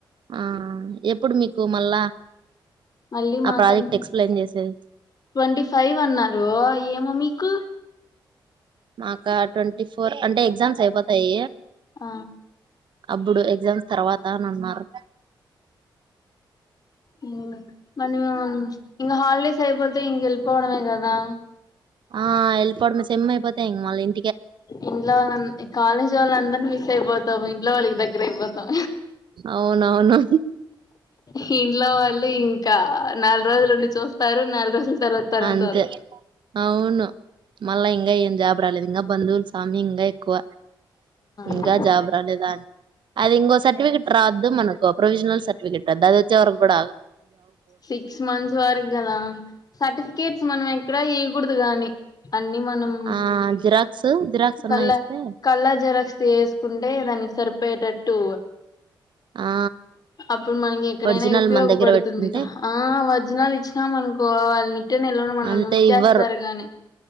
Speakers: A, on the right; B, on the left.
A: ఆ ఎప్పుడు మీకు మళ్ళా
B: మళ్ళీ
A: ఆ
B: మాకంటే
A: ప్రాజెక్ట్ ఎక్స్ప్లెయిన్ చేసేది
B: ట్వంటీ ఫైవ్ అన్నారు ఏమో మీకు
A: మాక ట్వంటీ ఫోర్ అంటే ఎగ్జామ్స్ అయిపోతాయి
B: ఆ
A: అబ్బుడు ఎగ్జామ్స్ తర్వాత అని అన్నారు
B: ఇవ్వుడ మల్లి మేం ఇంగ హాలిడేస్ అయిపోతే ఇంక వెళ్ళి పో పోవడమే గదా
A: ఆ ఎల్ పొడమే సేమ్ అయిపోతే ఇంగ మల్ ఇం
B: ఇంట్లో వాళ్ళ న్ కాలేజోళ్ళ అందరినీ మిస్ అయిపోతాము ఇంట్లో వాళ్ళకి దగ్గర అయిపోతాం
A: అవునవును
B: కి ఇంట్లో వాళ్ళు ఇంకా నాలుగు రోజులు ఉండి చూస్తారు నాలుగు రోజులు తర్వాత తరుంతారు
A: అంతే అవును మళ్ళా ఇంగా ఏం జాబ్ రాలేదు ఇంగా బంధవులుస్ సామి ఇంగా ఎక్కువ ఇంకా
B: ఆ
A: జాబ్ రాలేదా అని అది ఇంకో సర్టిఫికెట్ రాద్దు మనకు ప్రొవిజనల్ సర్టిఫికట్ డది వచ్చే వరకు కూడా అగర్
B: సిక్స్ మంత్స్ వరకు గదా సర్టిఫీ కెట్స్ మనం ఎక్కడ ఇయకూడదు గాని అన్ని మనం
A: ఆ జిరాక్స్ జిరాక్స్ అన్నా
B: కళ్ళ
A: ఇస్తే
B: కళ్ళర్ జిరాక్స్ చేసుకుంటే దానికి సరిపోయేటట్టు
A: ఆ
B: అప్పుడు మనకి ఎక్కడైనా
A: ఒరిజినల్
B: ఉపయోగపడుతుంది
A: మన దగ్గర పెట్టుకుంటే
B: ఆ వర్జినల్ ఇచ్చినా మనకో వాళ్ళు నిట్టే నిల్వని మనల్ని
A: అంతే
B: ముంచేస్తారు
A: ఇవ్వరు
B: గాని